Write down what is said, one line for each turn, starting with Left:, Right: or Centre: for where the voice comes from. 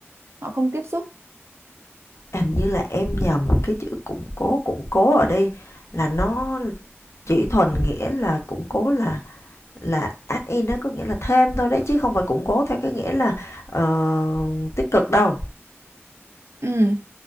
Right: họ không tiếp xúc
Left: Hình như là em nhầm cái chữ củng cố, củng cố ở đây là nó chỉ thuần nghĩa là củng cố là là add in đó có nghĩa là thêm thôi đấy chứ không phải củng cố theo cái nghĩa là ờ, tích cực đâu.
Right: ừ